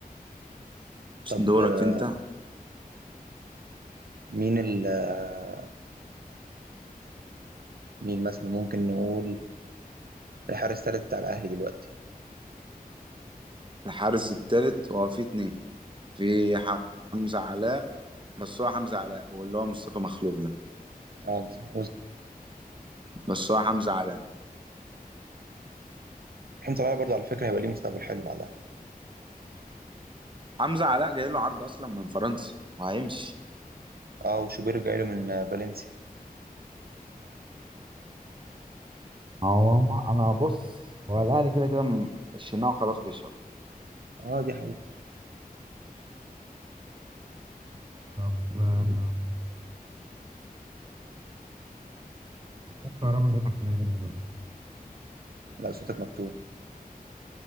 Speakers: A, on the right; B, on the right.
A: طب
B: دورك
A: آه،
B: انت
A: مين ال آه، مين مثلا ممكن نقول الحارس الثالث بتاع الاهلي دلوقتي
B: الحارس التالت هو في اتنين في حمزة علاء بس هو حمزة علاء واللي هو مصطفى مخلوف ده
A: اه مصطفى محمود
B: بس هو حمزة علاء
A: محمد صلاح برضه على فكره هيبقى ليه مستقبل حلو مع الاهلي
B: حمزة علاء جاي له عرض اصلا من فرنسا وهيمشي
A: اه وشوبير جاي له من آه، فالنسيا
B: هو ما انا بص هو الاهلي كده كده م- الشناوي خلاص بيشرب
A: اه دي حقيقه
B: طب آه، ممكن كهربا بيلعب في النادي دلوقتي
A: لا صوتك مكتوب